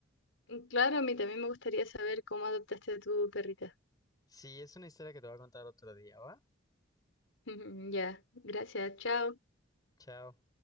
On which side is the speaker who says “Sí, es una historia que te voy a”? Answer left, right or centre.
Left